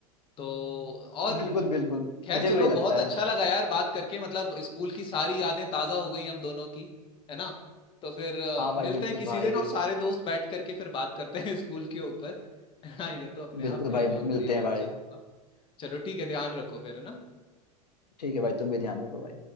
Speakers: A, on the left (about 25°); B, on the left (about 85°).
A: तो
B: हाँ,
A: और
B: बिल्कुल बिल्कुल
A: खैर
B: मुझे
A: चलो
B: भी वही लगता
A: बहुत अच्छा
B: है
A: लगा यार बात करके मतलब स्कूल की सारी यादें ताजा हो गई हम दोनों की है ना तो फिर अ,
B: हाँ भाई
A: मिलते
B: बिल्कुल
A: हैं किसी
B: भाई
A: दिन और सारे दोस्त बैठ करके फिर बात करते हैं <laughs> स्कूल के ऊपर <laughs> हाँ ये तो अपने आप
B: बिल्कुल
A: में एक
B: भाई
A: बहुत बढ़िया
B: मिलते
A: दिलचस्प
B: हैं भाई
A: था। चलो ठीक है ध्यान रखो फिर है ना
B: ठीक है भाई तुम भी ध्यान रखो भाई